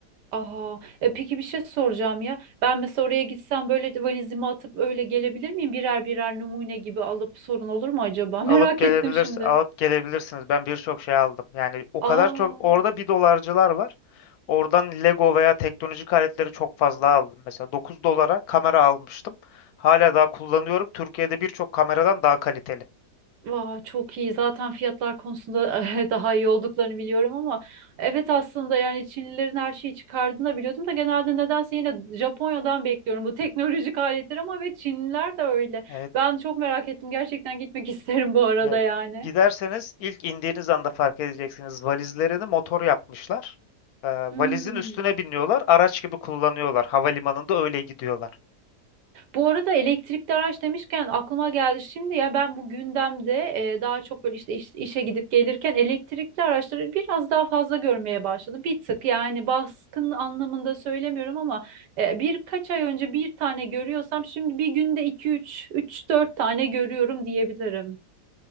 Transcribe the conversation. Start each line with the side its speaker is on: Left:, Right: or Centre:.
Right: Aha, e, peki bir şey soracağım ya. Ben mesela oraya gitsem böyle de valizimi atıp öyle gelebilir miyim? Birer birer numune gibi alıp sorun olur mu acaba? <laughs> Merak
Left: Alıp gelebilirsin,
Right: ettim şimdi.
Left: alıp gelebilirsiniz. Ben birçok şey aldım. Yani o
Right: Aa,
Left: kadar çok orada bir dolarcılar var. Oradan Lego veya teknolojik aletleri çok fazla aldım. Mesela Dokuz dolara kamera almıştım. Hala daha kullanıyorum. Türkiye'de birçok kameradan daha kaliteli.
Right: vah, çok iyi. Zaten fiyatlar konusunda <laughs> daha iyi olduklarını biliyorum ama evet aslında yani Çinlilerin her şeyi çıkardığını da biliyordum da genelde nedense yine Japonya'dan bekliyorum bu <laughs> teknolojik aletler ama ve Çinliler de öyle.
Left: Evet.
Right: Ben çok merak ettim. Gerçekten gitmek <laughs> isterim bu arada
Left: Yani
Right: yani.
Left: giderseniz ilk indiğiniz anda fark edeceksiniz. Valizlerini motor yapmışlar. Ee, valizin
Right: Hmm.
Left: üstüne biniyorlar. Araç gibi kullanıyorlar. Havalimanında öyle gidiyorlar.
Right: Bu arada elektrikli araç demişken aklıma geldi şimdi ya ben bu gündemde e, daha çok böyle işte iş- işe gidip gelirken elektrikli araçları biraz daha fazla görmeye başladım. Bir tık yani baskın anlamında söylemiyorum ama e, birkaç ay önce bir tane görüyorsam şimdi bir günde iki üç üç dört tane görüyorum diyebilirim.